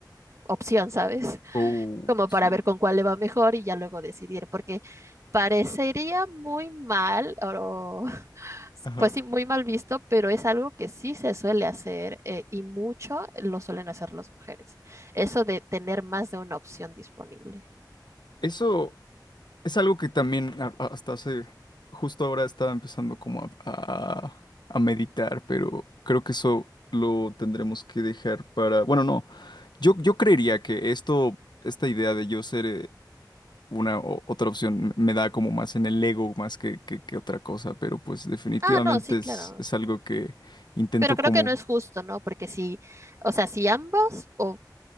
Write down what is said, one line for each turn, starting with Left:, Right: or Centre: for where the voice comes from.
Right: opción, ¿sabes?
Left: oh,
Right: Como
Left: sí,
Right: para ver con cuál le va mejor y ya luego decidir, porque parecería muy mal o
Left: ajá.
Right: pues sí, muy mal visto, pero es algo que sí se suele hacer eh, y mucho lo suelen hacer las mujeres. Eso de tener más de una opción disponible.
Left: Eso es algo que también a- a- hasta hace, justo ahora estaba empezando como a, a a meditar, pero creo que eso lo tendremos que dejar para, bueno, no. Yo, yo creería que esto, esta idea de yo ser eh, una o- otra opción me da como más en el ego más que, que, que otra cosa, pero pues definitivamente
Right: Ah, no, sí, claro.
Left: es, es algo que intento
Right: Pero creo
Left: como,
Right: que no es justo, ¿no? Porque si, o sea, si ambos o